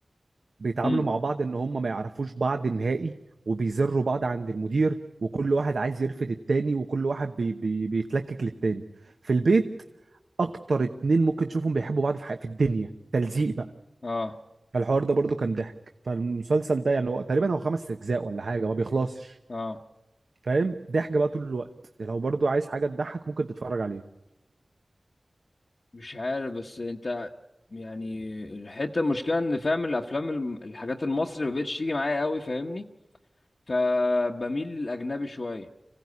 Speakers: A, on the right; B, on the left.
A: بيتعاملوا
B: امم
A: مع بعض ان هم ما يعرفوش بعض نهائي وبيزروا بعض عند المدير وكل واحد عايز يرفد التاني وكل واحد بي بي بيتلكك للتاني في البيت اكتر اتنين ممكن تشوفهم بيحبوا بعض في حي- في الدنيا تلزيق بقى
B: اه
A: فالحوار ده برضو كان ضحك فالمسلسل ده يعني هو تقريبا هو خمس اجزاء ولا حاجه ما بيخلصش
B: اه
A: فاهم ضحك بقى طول الوقت لو برضو عايز حاجه تضحك ممكن تتفرج عليه
B: مش عارف بس انت يعني الحتة المشكلة ان فاهم الافلام الم- الحاجات المصري مبقتش تيجي معايا قوي فاهمني فبميل للاجنبي شوية